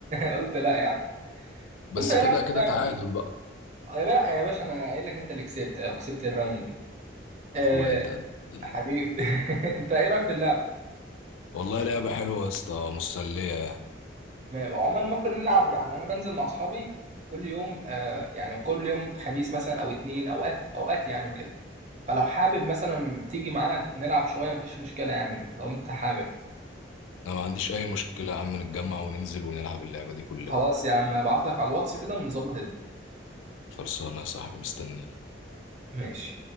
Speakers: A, on the right; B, on the left.
A: <laughs> قلت لا يعني
B: بس
A: انت ايه
B: كده
A: رايك في
B: كده
A: اللعبه
B: تعادل
A: دي
B: بقى
A: آه، يا بلا يا باشا انا قايل لك انت اللي كسبت او كسبت الراوند دي أه
B: اخويا انت قد الدنيا
A: حبيبي <laughs> انت ايه رايك في اللعبه
B: والله لعبه حلوه يا اسطى مسليه يعني
A: تمام وعموما ممكن نلعب يعني انا بنزل مع اصحابي كل يوم آه يعني كل يوم خميس مثلا او اتنين اوقات اوقات يعني وكده فلو حابب مثلا تيجي معانا نلعب شويه مفيش مشكله يعني لو انت حابب
B: انا ما عنديش اي مشكله يا عم نتجمع وننزل ونلعب اللعبه دي كلنا
A: خلاص يا عم هبعت لك على الواتس كده ونظبط الدنيا
B: خلصانه يا صاحبي مستني
A: ماشي